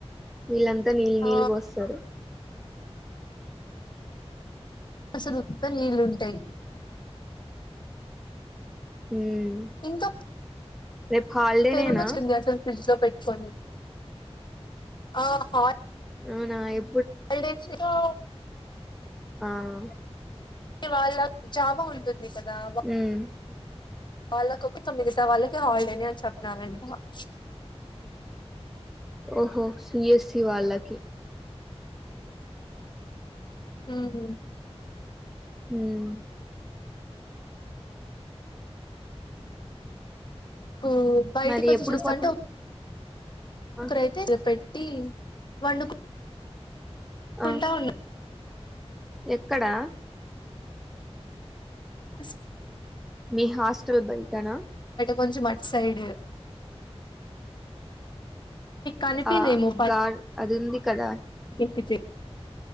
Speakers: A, in the centre; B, on the left.
A: వీళ్ళ త నీళ్ళు
B: ఆ
A: నీళ్ళు పోస్తరు
B: అసలుత్త నీళ్లుంటాయ్
A: ఉమ్
B: ఇంకా
A: రేపు హాలిడేనేనా
B: పెరు పచ్ ఉంది అస్సల్ ఫ్రీజ్ లో పెట్ కొనివ్ ఆహా
A: అవునా ఎ
B: నేను స్టేడివో.
A: ఆహ్.
B: వాళ్ళా జామ ఉంటుంది. ఇంస్టాగ్రామ్ వా.
A: ఉమ్
B: వాళ్ళకు ఒక మిగతా వాళ్ళకే హాలిడే అని చెప్పినారంట.
A: ఓహో సి ఎస్ సి వాళ్లకి.
B: ఉమ్
A: ఉమ్
B: ఉమ్ బయటికి
A: మరి
B: వచ్చి
A: ఎప్పుడు
B: చూస్తా
A: పోతావ్
B: అంటే
A: ఆ
B: ఒకరు అయితే రేపు ఏయ్. తీయి వండుకు.
A: ఆ
B: ఉంటా ఉన్నా.
A: ఎక్కడా.
B: అస్
A: మీ హాస్. బయటనా.
B: కొంచం అట్ సైడు. కనిపిదేమో
A: ఆహ్ గా అది ఏంది. కదా.
B: ఎకించే.